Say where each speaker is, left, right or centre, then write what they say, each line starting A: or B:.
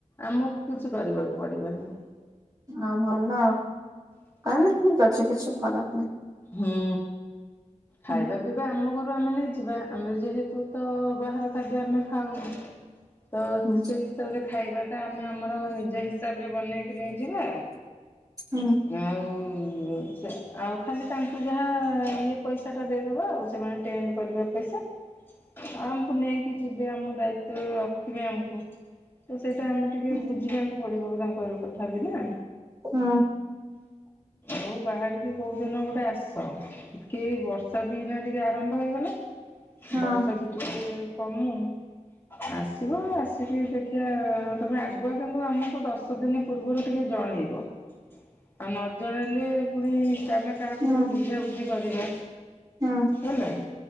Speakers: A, on the left; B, on the right.
A: ଆମକୁ କିଛି କରିବାକୁ ପଡିବନି।
B: ହଁ ଭଲ ଆଉ, ତା ହେଲେ ଠିକ୍ ଅଛି କିଛି ଖରାପ ନାହିଁ।
A: ହୁଁ,
B: ହୁଁ
A: ଖାଇବା ପିଇବା ଆମ ଘରୁ ଆମେ ନେଇ ଯିବା ଆମେ ଯେହେତୁ ତ ବାହାର ଖାଦ୍ୟ ଆମେ ଖାଉନୁ। ତ
B: ହୁଁ
A: ସେଇ ହିସାବରେ ଖାଇବା ଟା ଆମେ ଆମର ନିଜ ହିସାବରେ ବନେଇକି ନେଇଯିବା।
B: ହୁଁ।
A: ଆଉ ସେ ଆଉ ଖାଲି ତାଙ୍କୁ ଯାହା ଇଏ ପଇସାଟା ଦେଇଦବା ଆଉ ସେମାନେ ଟେଣ୍ଟ କରିବା ପଇସା। ଆଉ ଆମକୁ ନେଇକି ଯିବେ ଆମ ଦାୟିତ୍ଵ ରେ ରଖିବେ ଆମକୁ। ତ ସେଇଟା ଆମେ ଟିକେ
B: ହୁଁ
A: ବୁଝିବାକୁ ପଡିବ ତାଙ୍କର କଥା ବି ନା।
B: ହୁଁ।
A: ମୁଁ ବାହାରିକି କୋଉ ଦିନ ଗୋଟେ ଆସ, କେ ଏଇ ବର୍ଷା ଦିନ ଟିକେ ଆରମ୍ଭ ହେଇଗଲା
B: ହଁ
A: ବର୍ଷା <inaudible> ଟିକେ କମୁ, ଆସିବ ଆସିକି ଦେଖିବା ତୋମେ ଆ <unintelligible> ଆମକୁ ଦଶ ଦିନ ପୂର୍ବରୁ ଟିକେ ଜଣେଇବ। ଆଉ ନ ଜଣେଇଲେ ପୁଣି ଆମେ କାହାକୁ
B: ହୁଁ
A: ଗୋଟେ ବୁଝା ବୁଝି କରିବା,
B: ହୁଁ
A: ହେଲା